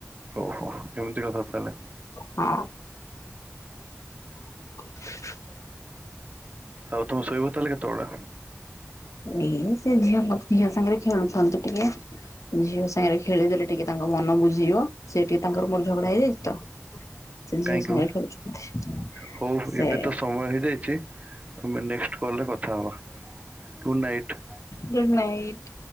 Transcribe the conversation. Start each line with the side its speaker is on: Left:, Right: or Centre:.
Right: ଓହୋ ଏମିତି କଥା ତାହେଲେ।
Left: ହଁ। <inaudible>
Right: ଆଉ ତମେ ଶୋଇବ ତାହେଲେ କେତେବେଳେ?
Left: ଏଇ ସେ ଝିଅ ଝିଅ ସାଙ୍ଗରେ ଖେଳୁଛନ୍ତି ଟିକେ। ଝିଅ ସାଙ୍ଗରେ ଖେଳିଦେଲେ ଟିକେ ତାଙ୍କ ମନ ବୁଝିବ, ସେ ଟିକେ ତାଙ୍କର ମୋର ଝଗଡା ହେଇଯାଇଛି ତ। ସେ ଝିଅ
Right: କାହିଁକି
Left: ସାଙ୍ଗରେ
Right: ବା,
Left: ଖେଳୁଛନ୍ତି
Right: ହଉ
Left: ସେ
Right: ଏବେ ତ ସମୟ ହେଇଯାଇଛି। ଆମେ ନେକ୍ସଟ୍ କଲ୍‌ ରେ କଥା ହବା ଗୁଡ୍‌ ନାଇଟ୍।
Left: Good night.